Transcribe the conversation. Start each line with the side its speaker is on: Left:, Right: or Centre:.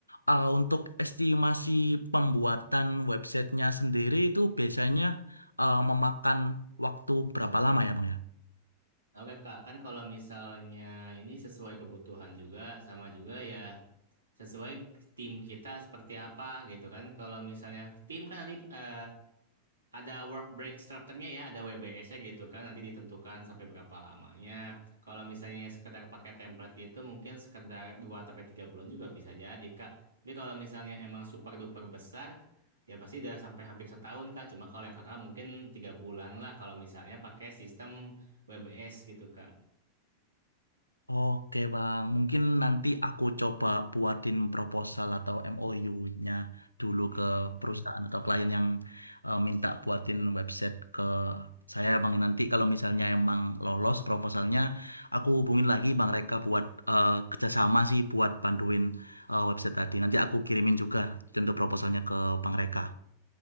Left: Ah, untuk estimasi pembuatan websitenya sendiri itu biasanya ah, memakan waktu berapa lama ya Bang ya?
Right: Oke Kak, kan kalau misalnya ini sesuai kebutuhan juga sama juga ya sesuai tim kita seperti apa gitu kan. Kalau misalnya tim kan nanti eh, ada work break strukturnya ya, ada WBS-nya gitu kan. Nanti ditentukan sampai berapa lamanya. Kalau misalnya sekedar pakai template gitu mungkin sekedar 2 sampai 3 bulan juga bisa jadi, Kak. Tapi kalau misalnya emang super duper besar ya pasti udah sampai hampir setahun, Kak. Cuma kalau yang Kakak mungkin tiga bulan lah kalau misalnya pakai sistem WBS gitu, Kak.
Left: Oke Bang, mungkin nanti aku coba buatin proposal atau MOU-nya dulu
Right: Mm-mm.
Left: ke perusahaan atau klien yang eh, minta buatin website ke saya Bang. Nanti kalau misalnya emang lolos proposalnya, aku hubungin lagi Bang Reka buat eh, kerjasama sih buat bantuin eh, website tadi. Nanti aku kirimin juga untuk proposalnya ke Bang Reka.